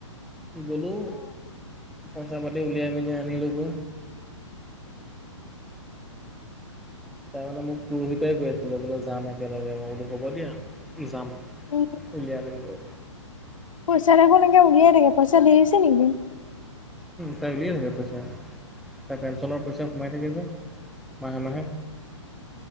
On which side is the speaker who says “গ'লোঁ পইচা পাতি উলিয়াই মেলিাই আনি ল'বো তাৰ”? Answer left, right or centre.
Centre